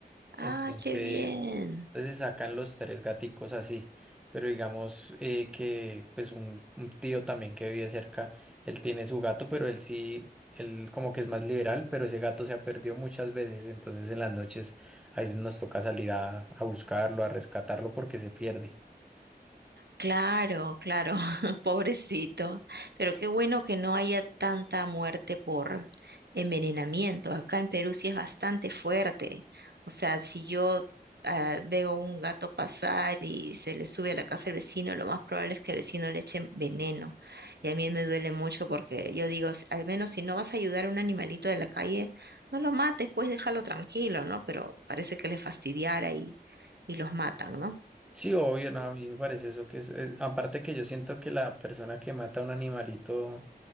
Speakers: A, in the centre; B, on the right (about 75°).
A: Entonces,
B: Ay, qué bien.
A: entonces sacan los tres gaticos así. Pero digamos eh, que pues un, un tío también que vive cerca, él tiene su gato, pero él sí, él como que es más liberal, pero ese gato se ha perdido muchas veces. Entonces en las noches a veces nos toca salir a, a buscarlo, a rescatarlo porque se pierde.
B: Claro, claro, <laughs> pobrecito. Pero qué bueno que no haya tanta muerte por envenenamiento. Acá en Perú sí es bastante fuerte. O sea, si yo ah, veo un gato pasar y se le sube a la casa el vecino, lo más probable es que el vecino le eche veneno. Y a mí me duele mucho porque yo digo, "Si- al menos si no vas a ayudar a un animalito de la calle, no lo mates, pues déjalo tranquilo, ¿no? Pero parece que les fastidiara y, y los matan, ¿no?
A: Sí, obvio, no, a mí me parece eso que es, es- aparte que yo siento que la persona que mata a un animalito,